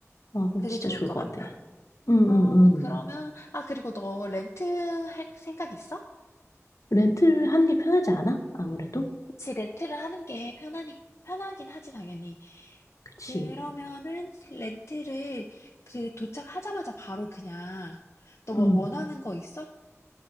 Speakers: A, on the left; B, on the left.
A: 아, 그럼
B: 그게
A: 진짜
B: 좋을
A: 좋을
B: 것
A: 것
B: 같다.
A: 같아. 응,
B: 아,
A: 응, 응.
B: 그러면 아, 그리고 너 렌트 할 생각 있어?
A: 렌트를 하는 게 편하지 않아? 아무래도?
B: 그치, 렌트를 하는 게 편하니 편하긴 하지 당연히.
A: 그치.
B: 그러면은 렌트를 그 도착하자마자 바로 그냥 너 뭐
A: 음.
B: 원하는 거 있어?